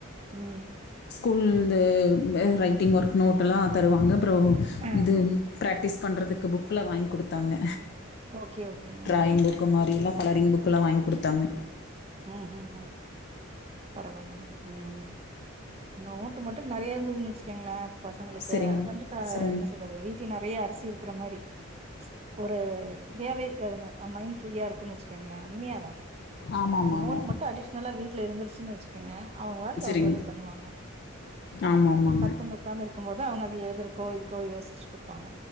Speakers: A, on the right; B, on the left.
A: உம்
B: ஸ்கூல் இது இந்த ரைட்டிங் ஒர்க் நோட்டெல்லா தருவாங்க அப்புறோ
A: ஆ
B: இது பிராக்டிஸ் பண்ணறதுக்கு புக்குல வாங்கி குடுத்தாங்க
A: ஓகே ஓகேங்க
B: டிராயிங் புக்கு மாரி எல்லா கலரிங் புக் புக்கல்லா வாங்கி குடுத்தாங்க
A: உம் உம் உம் பரவாலைங்க உம் நோட்டு மட் டு நறையா இருந்ததுன்னு வெச்சுக்கங்களே பசங்களுக்கு
B: சரிங்க
A: அத கொஞ்சு க
B: சரிங்க
A: என்ன சொல்றது வீட்டுல நெறையா அரிசி இருக்கு இருக்குரமாரி ஒரு தேவ இருகாதுங்க மைண்ட் ஃப்ரீயா இருக்குன்னு வெச்சுக்கங்களே உண்மையாதா
B: ஆமாம் ஆமாங்க
A: நோட் மட்டு அடிஷ்னலா வீட் வீட்ல இருந்துருச்சுன்னு வெச்சுக்கங்க அவங்க வாட்டுக்கு
B: சரிங்க
A: அவங்க வேலைய பண்ணுவாங்க
B: ஆமாம்
A: உம்
B: ஆமாங்க
A: பத்து பத்தாம இருக்கு போது அவங்க அத எழுதுருக்கோ இது கோ யோசிச்ட்டு இருப்பாங்க